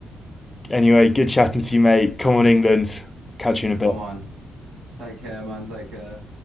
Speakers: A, on the left; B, on the right.
A: Anyway, good chatting to you, mate. Come on, England. Catch you in
B: Come
A: a bit.
B: on. Take care, man. Take care.